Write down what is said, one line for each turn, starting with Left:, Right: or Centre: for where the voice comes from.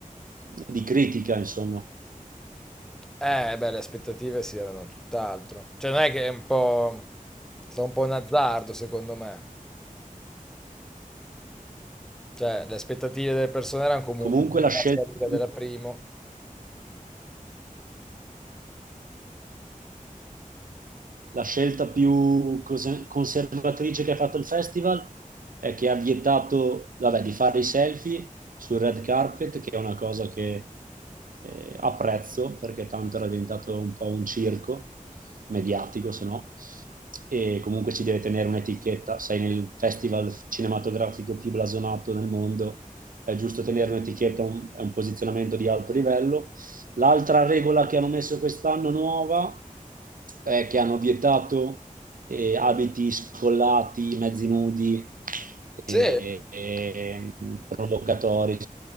Right: di critica, insomma.
Centre: eh, beh, le aspettative si erano tutt'altro. Cioè non è che è un po'... è stato un po' un azzardo, secondo me. Cioè, le aspettative delle persone erano comunque
Right: Comunque
Centre: sulla
Right: la scelta
Centre: falsa riga
Right: più
Centre: della prima.
Right: La scelta più cos- conservatrice che ha fatto il festival è che ha vietato, vabbè, di fare i selfie sul red carpet, che è una cosa che eh, apprezzo perché tanto era diventato un po' un circo mediatico, se no. E comunque ci deve tenere un'etichetta. Sei nel festival cinematografico più blasonato nel mondo, è giusto tenere un'etichetta, un- è un posizionamento di alto livello L'altra regola che hanno messo quest'anno nuova è che hanno vietato eh, abiti scollati, mezzi nudi, eh,
Centre: Sì?
Right: eh, provocatori.